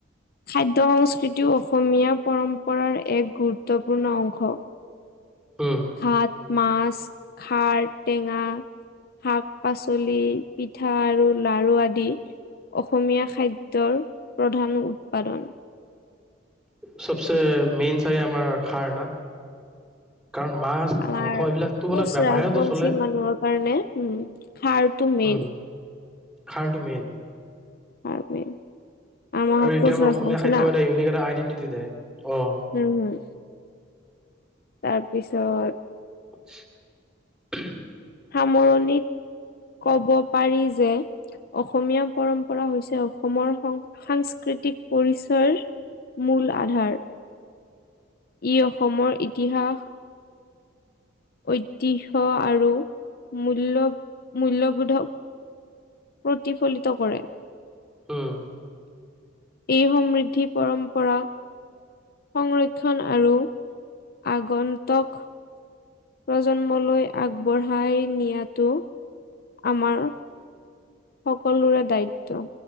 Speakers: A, on the left; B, in the centre.
A: খাদ্য সংস্কৃতিও অসমীয়া পৰম্পৰাৰ এক গুৰুত্বপূৰ্ণ অংশ।
B: উম।
A: ভাত, মাছ, খাৰ, টেঙা, শাক পাচলি, পিঠা আৰু লাৰু আদি অসমীয়া খাদ্যৰ প্ৰধান উৎপাদন।
B: চবচে মেইন চাই আমাৰ খাৰ ন? কাৰণ মাছ-
A: আমাৰ
B: মাংস এইবিলাকতো
A: কোচ
B: মানে
A: ৰাজবংশী
B: বাহিৰতো চলে।
A: মানুহৰ কাৰণে উম। খাৰটো মেইন
B: উম খাৰটো মেইন।
A: খাৰ মেইন। আমাৰ
B: আৰু
A: ঘৰত
B: এইটো
A: কোচ
B: আমাৰ
A: ৰাজবংশী
B: অসমীয়া খাদ্য
A: না
B: এটা ইউনিক এটা আইডেন্টিটি দে। অ'
A: উম হুম তাৰপিছত-
B: <inaudible>
A: সামৰণিত ক'ব পাৰি যে অসমীয়া পৰম্পৰা হৈছে অসমৰ সং সাস্ স্কৃতিক পৰিচয়ৰ মূল আধাৰ। ই অসমৰ ইতিহাস ঐতিহ্য আৰু মূল্য মূল্যবোধক প্ৰতিফলিত কৰে।
B: উম
A: এই সমৃদ্ধি পৰম্পৰা সংৰক্ষণ আৰু আগন্তক প্ৰজন্মলৈ আগবঢ়াই নিয়াতো আমাৰ সকলোৰে দায়িত্ব